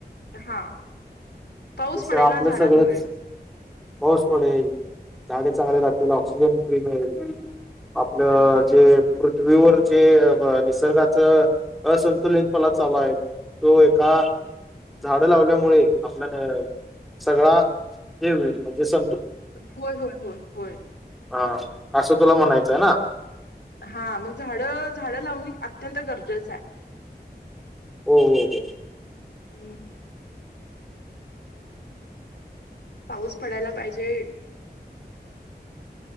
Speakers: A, on the left; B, in the centre.
A: हा पाऊस पडेल
B: त आपलं
A: ना झाडांमुळे
B: सगळंच, पाऊस पडेल,, झाडे चांगले राहतील, ऑक्सिजन फ्री मिळेल, आपलं
A: हा
B: जेऽ पृथ्वीवर जे निसर्गाच, असंतुलित पना चालू आहऽ तो एका झाड लावल्यामुळे आपल्या सगळा हे होईल म्हणजे स
A: होय होय होय होय
B: हा असं तुला म्हणायचं आहे ना
A: हा,, मग झाडं, झाडं लावणे अत्यंत गरजेचं आहे.
B: हो, हो हो,
A: ह्म, पाऊस पडायला पाहिजे,,